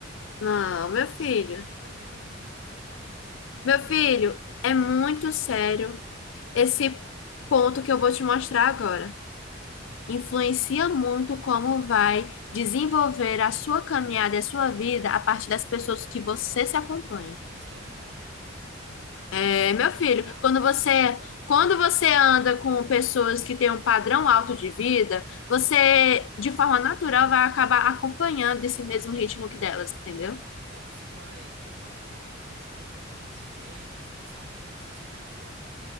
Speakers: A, on the left (about 70°); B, on the right (about 60°).
A: não, meu filho.
B: Simplesmente levei a Heloísa num restaurante de sushi.
A: Meu filho, é muito sério esse ponto que eu vou te mostrar agora. influencia muito como vai desenvolver a sua caminhada e a sua vida a partir das pessoas que você se acompanha.
B: Isso aí é verdade.
A: É, meu filho,
B: Absolutamente
A: quando você quando
B: verdade.
A: você anda com pessoas que têm um padrão alto de vida, você de forma natural vai acabar acompanhando esse mesmo ritmo que delas, entendeu?
B: É, você vai tomando costumes, jeitos, pensamentos, esse tipo de coisa.